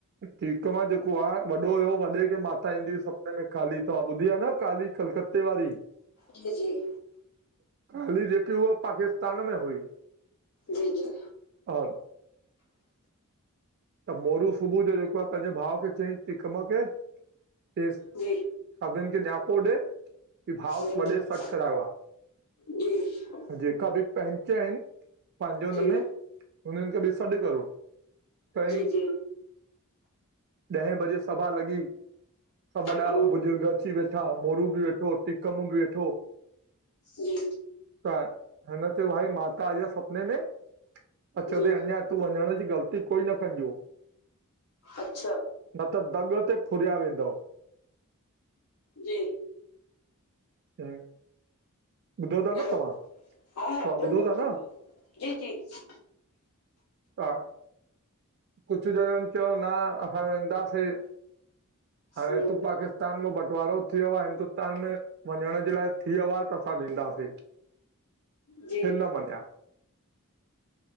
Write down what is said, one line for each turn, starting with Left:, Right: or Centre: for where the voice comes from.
Right: टिकम जेको आ वॾो हुयो वॾे खे माता ईंदी हुई सपिने में काली तव्हां ॿुधी आ न काली कलकत ते वारी
Left: जी, जी।
Right: काली जेकी उहा पाकिस्तान में हुई
Left: जी जी।
Right: और त मोरू सुबुह जो जेको आ पंहिंजे भाउ खे चईंसि टिकम खे चयईंस
Left: जी
Right: सभिनिन खे नियापो ॾे की भाउ
Left: हम्म,
Right: वॾे सॾु करायो आ।
Left: जी <unintelligible>
Right: जेका बि पंहिचं अनि पंहिंजे हुनमें,
Left: जी
Right: हुननि खे बि सॾु करो। चयईं
Left: जी, जी
Right: ॾहें बजे सभा लॻे। सभु
Left: हम्म,
Right: वॾा बुजुर्ग अची वेठा मोरू बि वेठो, टीकमु बि वेठो
Left: जी
Right: त हिन ते वाई माता आई आ सपने में अच चउ
Left: जी
Right: थी अञां तूं वञिण जी ग़लति कोई न कझो!
Left: अच्छा
Right: न त दॻि ते फुरिया वेंदोंव
Left: जी
Right: ऐं ॿुधो ता
Left: हेलो
Right: न तवां,
Left: हा हा
Right: तवां ॿुधो
Left: था
Right: ता न!
Left: था जी, जी
Right: हा कुझु जणनि चयो न असां वेंदासिं!
Left: हम्म,
Right: हाणे तू पाकिस्तान में बंटिवारो थियो आए। हिंदुस्तान में वंञण जे लाइ थियो आह त सां वेंदासीं
Left: जी
Right: हि न मन्निया।